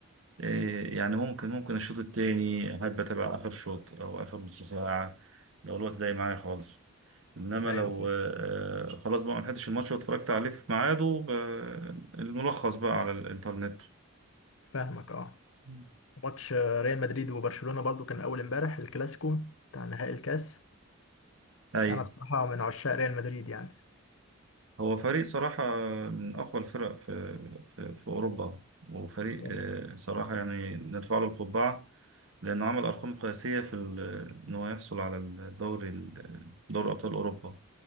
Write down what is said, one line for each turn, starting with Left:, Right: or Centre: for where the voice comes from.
Right: إيه يعني ممكن ممكن الشوط التاني احب اتابع اخر شوط او اخر نص ساعه لو الوقت ضايق معايا خالص انما
Left: أيوه
Right: لو آه خلاص بقى ما لحقتش الماتش واتفرجت عليه في ميعاده ب- الملخص بقى على الانترنت
Left: فاهمك اه
Right: مم.
Left: ماتش آه، ريال مدريد وبرشلونة برضو كان أول امبارح الكلاسيكو بتاع نهائي الكاس
Right: اي
Left: أنا بصراحة من عشاق ريال مدريد يعني
Right: هو فريق صراحة من أقوى الفرق في في, في أوروبا وفريق
Left: اه
Right: آه، صراحة يعني نرفع له القبعة لأنه عمل أرقام قياسية في ال- إن هو يحصل على الدوري ال- دوري أبطال أوروبا